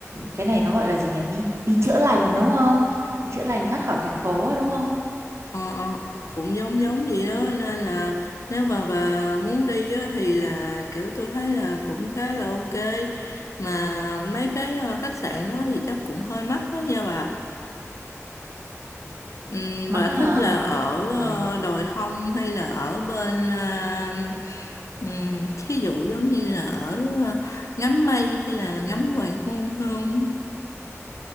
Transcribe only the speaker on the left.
ờ, ờ, cũng giống giống vậy đó nên là nếu mà bà muốn đi á, thì là kiểu tôi thấy là cũng khá là ok. Mà mấy cái ờ, khách sạn đó thì chắc cũng hơi mắc đó nha bà. Ừ,
bà
thích
là ở
ờ, đồi thông hay là ở bên ờ, ừm, thí dụ giống như là ở ờ, ngắm mây hay là ngắm hoàng hôn không